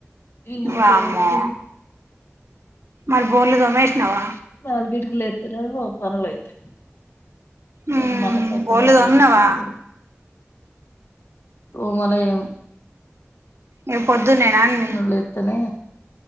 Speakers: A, on the left; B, on the right.
A: ఇల్లు గిట్లా
B: వామ్మో
A: కడుకుం
B: మరి బోల్లు తోమేశినవా.
A: నాలుగింటికి లేత్తనేమో పనులు అయితే
B: ఉమ్
A: రేపు మళ్ళా పక్కబట్టలు
B: బోర్లు తోమినవా
A: పిండుకునుడు ఉంది. తోమలెం
B: ఇగా పొద్దునేనా అన్ని
A: లేత్తనే